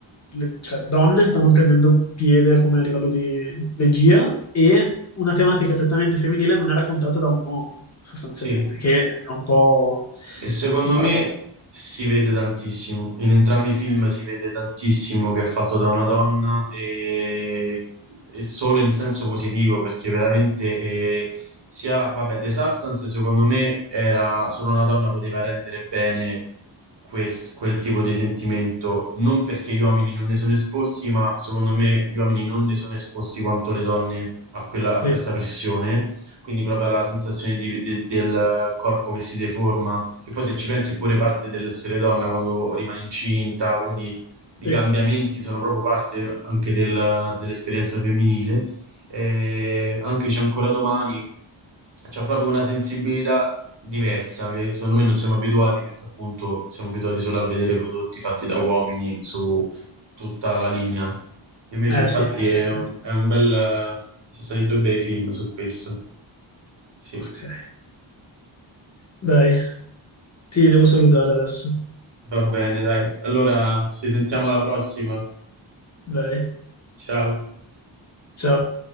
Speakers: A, on the left (about 35°); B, on the right (about 60°).
A: Le, cioè, donne stanno prendendo piede come a livello di regia e una tematica prettamente femminile non è raccontata da un uomo, sostanzialmente,
B: Sì.
A: che è un po'
B: E secondo
A: un paradosso.
B: me si vede tantissimo. In entrambi i film si vede tantissimo che è fatto da una donna e, e solo in senso positivo perché veramente eh, sia, vabbè, The Substance secondo me era solo una donna poteva rendere bene quest- quel tipo di sentimento, non perché gli uomini non ne sono esposti, ma secondo me gli uomini non ne sono esposti quanto le donne a quella- a
A: Sì,
B: questa pressione, quindi proprio alla sensazione di- de- del corpo che si deforma che poi se ci pensi è pure parte dell'essere donna quando rimane incinta, quindi i
A: sì.
B: cambiamenti sono proprio parte anche del- dell'esperienza femminile. E anche c'è ancora domani, c'è proprio una sensibilità diversa che secondo me non siamo abituati perché appunto siamo abituati solo a vedere prodotti fatti da uomini su tutta la linea. Invece
A: Eh
B: infatti
A: sì, sì,
B: è
A: sì.
B: un, è un bel... sono stati due bei film su questo. Sì.
A: Ok. Dai, ti devo salutare adesso.
B: Va bene, dai. Allora ci sentiamo alla prossima.
A: Dai,
B: Ciao.
A: ciao.